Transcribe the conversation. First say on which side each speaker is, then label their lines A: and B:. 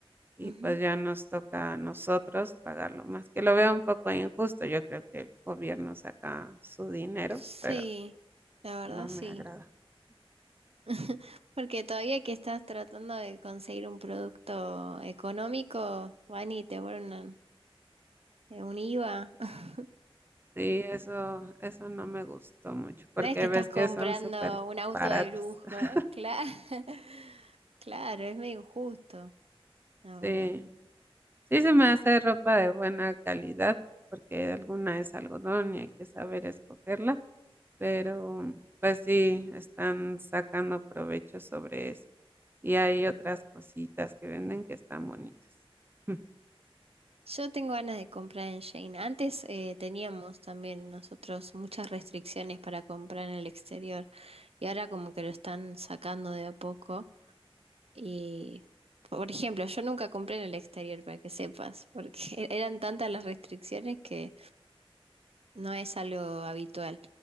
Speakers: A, on the right; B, on the right.
A: y
B: Ujú.
A: pues ya nos toca a nosotros pagarlo más, que lo veo un poco injusto, yo creo que el gobierno saca su dinero,
B: Sí,
A: pero
B: la verdad
A: no
B: sí.
A: me agrada.
B: <laughs> Porque todavía que estás tratando de conseguir un producto económico, van y te ponen una- eh, un IVA. <laughs>
A: Sí, eso, eso no me gustó mucho, porque
B: No es que
A: ves
B: estás comprando
A: que son súper
B: un auto
A: baratas.
B: de lujo,
A: <laughs>
B: claro. <laughs> Claro, es medio injusto, la verdad.
A: Sí, sí se me hace ropa de buena calidad, porque alguna es algodón y hay que saber escogerla, pero pues sí, están sacando provecho sobre eso. Y hay otras cositas que venden que están bonitas. <laughs>
B: Yo tengo ganas de comprar en Shane. Antes eh, teníamos también nosotros muchas restricciones para comprar en el exterior y ahora como que lo están sacando de a poco. Y, por ejemplo, yo nunca compré en el exterior, para que sepas, porque <laughs> eran tantas las restricciones que no es algo habitual.